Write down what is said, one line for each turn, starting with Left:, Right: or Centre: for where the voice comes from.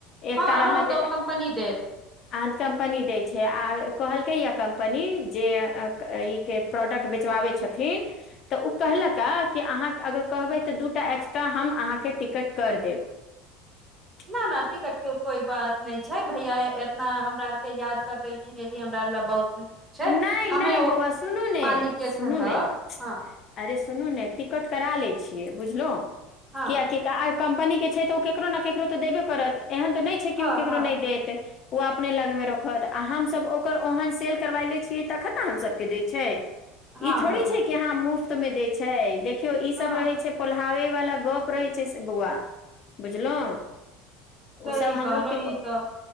Left: एकत
Right: हँ
Left: रहत
Right: ओ तऽ कम्पनी देत
Left: आद कंपनी दै छै आ कहलकै या कंपनी जे अ अ कई के प्रोडक्ट बेचबाबै छथिन तऽ ऊ कहलक कि अहाँ के अगर कहबै तऽ दूटा एक्स्ट्रा हम अहाँके टिकट कर देब <inaudible>
Right: न न टीकट के कोई बात नय छै भैया एतना हमरा आर के याद कर देलखिन यही हमरा ले बहुत छै
Left: नहि
Right: हमे
Left: नहि
Right: ओ
Left: बौआ सुनू ने
Right: मालिक के
Left: सुनू
Right: कहब
Left: ने
Right: हँ।
Left: अरे सुनू ने टिकट करा लै छियै बुझलों
Right: हँ
Left: कयाकि त आई कम्पनी के छै तऽ ओ केकरो ने केकरो तऽ देबे करत एहन तऽ नय छै कि
Right: हँ
Left: ओ केकरो
Right: हँ
Left: नय देत। ओ अपने लग मे रखत आ हमस ओकर ओहन सेल्फ करबाय लै छियै तखन न हम सभके दै छै ई
Right: हँ
Left: थोड़ी
Right: भाभी
Left: छै कि हँ मुफ्त मे दै छै देखियौ ई सब
Right: हँ
Left: रहै छै पोलहाबे वाला गप रहै छै से बौआ बुझलों ओ
Right: सही
Left: सब हमलोग
Right: कहलहु
Left: के प
Right: ई तऽ